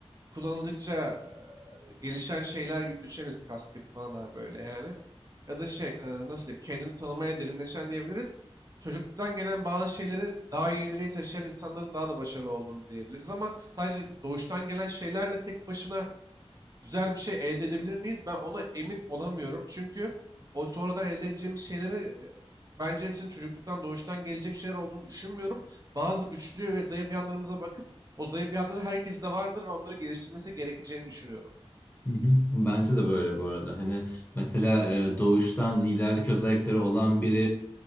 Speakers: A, on the right; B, on the left.
A: kullanıldıkça e, gelişen şeyler gibi düşünebiliriz. Kas gibi falan abi böyle yani. Ya da şey e, nasıl diyeyim kendini tanımaya derinleşen diyebiliriz. Çocukluktan gelen bazı şeyleri daha iyi ileriye taşıyan insanların daha da başarılı olduğunu diyebiliriz ama sadece doğuştan gelen şeylerle tek başına güzel bir şey elde edebilir miyiz? Ben ona emin olamıyorum. Çünkü o sonradan elde edeceğimiz şeyleri e, bence hepsinin çocukluktan doğuştan gelecek şeyler olduğunu düşünmüyorum. Bazı güçlü ve zayıf yanlarımıza bakıp o zayıf yanları herkeste vardır ve onları geliştirmesi gerekeceğini düşünüyorum.
B: Hı hı. Bence de böyle bu arada. Hani mesela e, doğuştan liderlik özellikleri olan biri